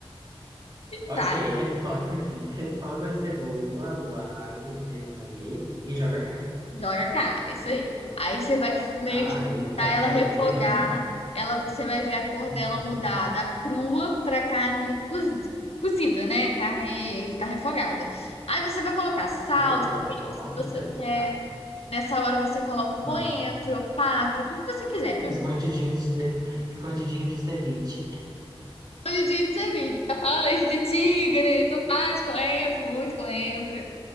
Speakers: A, on the right; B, on the left.
A: Ok,
B: Tá,
A: refogo, <laughs> refogo a cebola, o alho, o temperinho ali e joga a carne.
B: Joga a cara, isso aí. Aí você vai meio
A: Tá,
B: que
A: aí faço
B: deixar ela
A: o meu
B: refogar,
A: temperinho.
B: ela, você vai ver a cor
A: Uhum.
B: dela mudar da crua para carne cozi- cozida, né? Carne que tá refogada.
A: É
B: Aí você vai colocar sal,
A: é a ideia,
B: os temperos
A: né? Pelo amor
B: que você
A: de Deus.
B: quer.
A: Tá.
B: Nessa hora você coloca o
A: Ah,
B: coentro, páprica, o que você quiser,
A: escondidinho de, <laughs> escondidinho de ceviche.
B: Hoje a gente se vira. Fala leite de tigre, tomate, coentro, muito coentro.